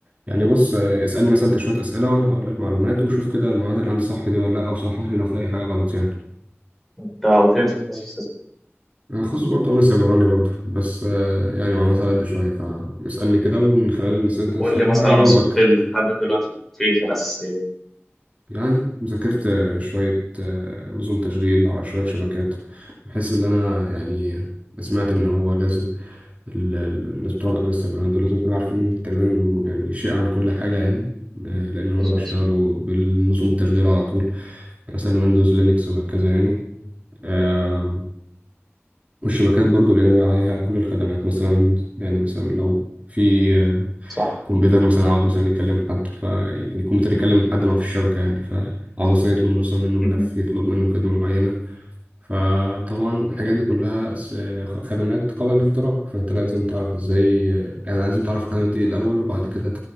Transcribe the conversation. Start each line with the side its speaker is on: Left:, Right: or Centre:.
Right: يعني بص آه اسألني مثلا انت شوية أسئلة وانا هقول لك معلومات وشوف كده المعلومات اللي عندي صح دي ولا لا او صحح لي لو في اي حاجة غلط يعني
Centre: انت قلت لي انت تخصص
Right: انا خاص برضه انا سايبراني برضه بس آه يعني معلومات على قد شوية فاسألني كده ومن خلال الأسئلة اللي انت
Centre: قول
Right: تسألها
Centre: لي مثلا
Right: هجاوبك
Centre: وصلت لحد دلوقتي في إيه في الأساسيات
Right: يعني ذاكرت شوية آه، نظم تشغيل على شوية شبكات بحيث إن أنا يعني سمعت إن هو لازم ال- ال- الناس بتوع الأمن السيبراني دول لازم يكونوا عارفين تقريبا يعني شيء عن كل حاجة يعني آه، لأن هم
Centre: بالظبط
Right: بيشتغلوا بالنظم التشغيل على طول يعني مثلا ويندوز لينكس وهكذا يعني آه، والشبكات برضو لأن بقى عليها كل الخدمات مثلا يعني مثلا لو في آه،
Centre: صح
Right: كمبيوتر مثلا عاوز مثلا يكلم حد ف يعني الكمبيوتر يكلم حد ما في الشبكة يعني فعاوز مثلا يطلب مثلا منه ملف
Centre: مهم.
Right: يطلب منه خدمة معينة فطبعا الحاجات دي كلها س- خدمات قابلة للاختراق فأنت لازم تعرف ازاي يعني لازم تعرف الخدمات دي الأول وبعد كده